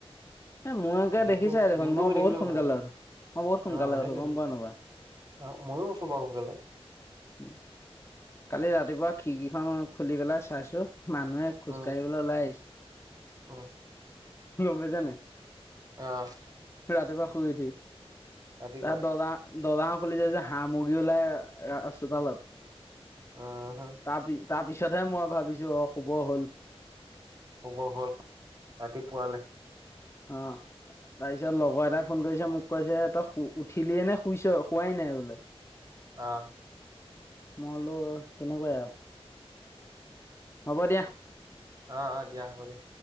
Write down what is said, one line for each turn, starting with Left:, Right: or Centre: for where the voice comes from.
Left: এ, মোৰে গাৰে
Right: দিনটো
Left: দেখিছাই দেখোন,
Right: দিনটো
Left: মই
Right: শুই থাকিলেও
Left: বহুত
Right: একো
Left: সোনকালে
Right: নাই।
Left: উঠো, মই বহুত সোনকালে
Right: অ', সেইটোৱেতো
Left: উঠোঁ গম পোৱা নে নাপোৱা।
Right: অ', ময়ো উঠোঁ বাৰু সোনকালে।
Left: <inaudible> কালি ৰাতিপুৱা খিৰিকিখন খুলি পেলাই চাইছোঁ, মানুহে খোজ
Right: উম,
Left: কাঢ়িবলৈ ওলাই আহিছে।
Right: উম।
Left: গম পাইছা নে নাই।
Right: অ'।
Left: ৰাতিপুৱা শুই উঠি,
Right: ৰাতিপুৱা
Left: তাত দৰ্জা দৰ্জাখন খুলি চাইছোঁ হাঁহ মুৰ্গী ওলাই চোতালত।
Right: উম, হু।
Left: তাৰ-তাৰপিছতহে মই ভাবিছোঁ অ', শুব হ'ল।
Right: শুব হ'ল, ৰাতি পুৱালে।
Left: অ'। তাৰপিছত লগৰ এটাই ফোন কৰিছে, মোক কৈছে তই উঠিলিয়ে নে, শুইছ শোৱাই নাই বোলে।
Right: অ'।
Left: মই বোলো তেনেকুৱাই আৰু। হ'ব দিয়া।
Right: অ', অ', দিয়া হ'ব দিয়া।